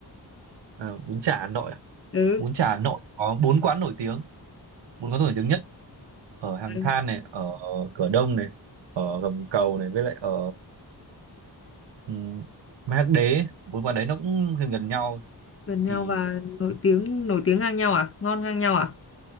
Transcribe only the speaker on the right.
à, bún chả Hà Nội à?
bún chả Hà Nội có bốn quán nổi tiếng bốn quán nổi tiếng nhất ở Hàng
Than này ở Cửa Đông này ở Gầm Cầu này với lại ở ừ, mác đế bốn quán đấy nó cũng gần gần nhau
thì